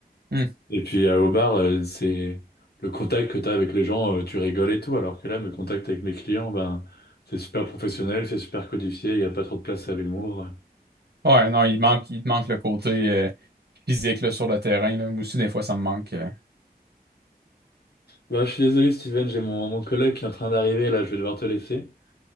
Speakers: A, on the right (about 80°); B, on the left (about 75°).
A: hum.
B: Et puis euh, au bar, euh, c'est le contact que t'as avec les gens, euh, tu rigoles et tout, alors que là, mes contacts avec mes clients, ben, c'est super professionnel, c'est super codifié, il n'y a pas trop de place à l'humour.
A: Ouais, non, il manque, il te manque le côté euh, physique là, sur le terrain. Là. Moi aussi, des fois, ça me manque. euh.
B: Bah, je suis désolé, Steven, j'ai mon, mon collègue qui est en train d'arriver, là, je vais devoir te laisser.